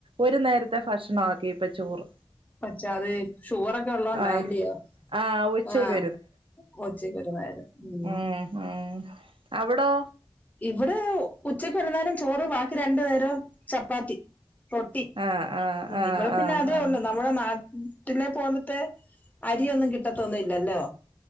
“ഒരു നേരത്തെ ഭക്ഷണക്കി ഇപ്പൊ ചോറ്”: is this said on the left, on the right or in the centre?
Right